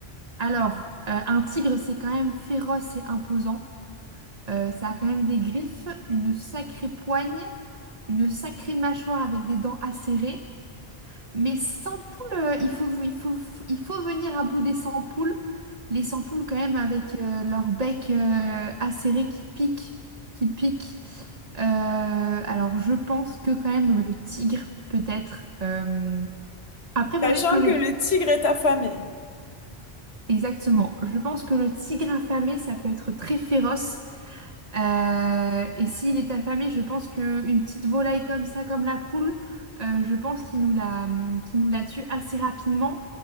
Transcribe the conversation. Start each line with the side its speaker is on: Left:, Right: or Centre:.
Right: Alors, euh, un tigre, c'est quand même féroce et imposant. Euh, ça a quand même des griffes, une sacrée poigne, une sacrée mâchoire avec des dents acérées. Mais sans poules, euh, il faut, il faut, il faut venir à bout des sans poules. Les sans poules, quand même, avec euh, leur bec euh, acéré qui pique, qui pique. Euh, alors, je pense que quand même le tigre, peut-être. euh, Après,
Left: Sachant
Right: peut-être que le...
Left: que le tigre est affamé.
Right: Exactement. Je pense que le tigre affamé, ça peut être très féroce. Euh, et s'il est affamé, je pense qu'une petite volaille comme ça, comme la poule, euh, je pense qu'il nous la, qu'il nous la tue assez rapidement.